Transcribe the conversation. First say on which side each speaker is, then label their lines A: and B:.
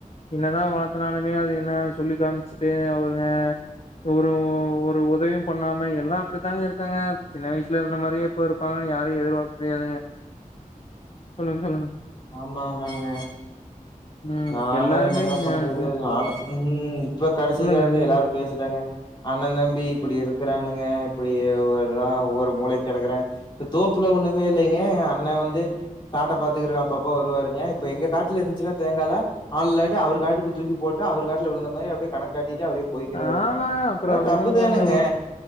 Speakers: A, on the left; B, on the left.
A: என்னதா வளத்துனாலுமே அது என்ன சொல்லி காமிச்சுட்டு அவுங்க ஒரு ஒரு உதவியும் பண்ணாம எல்லா அப்டித்தாங்க இருக்காங்க சின்ன வயிசுல இருந்த மாரியே இப்ப இருப்பாங்கன்னு யாரையு எதிர்பாக்கு முடியாதுங்க சொல்லுங் சொல்லுங்
B: ஆம்மா ஆமாங்க
A: ம்
B: நானு
A: எல்லாருமே
B: என்னங்க பண்றது
A: அ சொல்லுங்க
B: நானு ம் இப்ப கடைசி
A: சொல்லுங்க
B: காலத்து
A: நீங்க
B: எல்லாரு பேசுறாங்க அண்ணன் தம்பி இப்டி இருக்கிறானுங்க இப்டிா ஒர ஒவ்வொரு முலைக் கெடக்கறாங் இப்ப தோப்புல ஒண்ணுமே இல்லங்க அண்ணன் வந்து காட்ட பாத்துக்கறக்கு அப்பப்ப வருவாருங்க இப்ப எங்க காட்டுல இருந்துச்சுன்னா தேங்காலா ஆள் இல்லாட்டி அவர் காட்டுக்கு தூக்கி போட்டு அவர் காட்டுல விழுந்த மாரி அப்டியே கணக்காட்டிட்டு அவரே போய்க்கிறாருங்க
A: ஆமாங்க அப்புறே
B: அது
A: அவரும்
B: தப்புதானுங்க
A: கொழந்த குட்